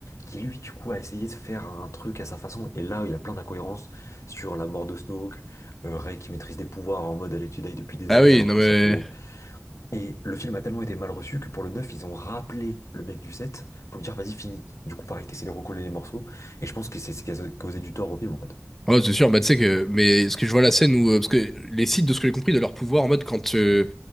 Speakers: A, on the left; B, in the centre.
A: qui, lui, du coup, a essayé de faire un truc à sa façon. Et là, il y a plein d'incohérences sur la mort de Snoke, euh, Rey qui maîtrise des pouvoirs en mode elle est Jedi depuis des
B: Ah
A: années
B: oui,
A: alors
B: non
A: que
B: mais.
A: ça fait... Et le film a tellement été mal reçu que pour le 9, ils ont rappelé le mec du 7 pour lui dire vas-y, fini. Du coup, pareil, t'essaies de recoller les morceaux. Et je pense que c'est ce qui a causé du tort au film, en fait.
B: Ouais, c'est sûr, bah, tu sais que, mais ce que je vois la scène où, euh, parce que les Sith, de ce que j'ai compris, de leur pouvoir, en mode quand euh,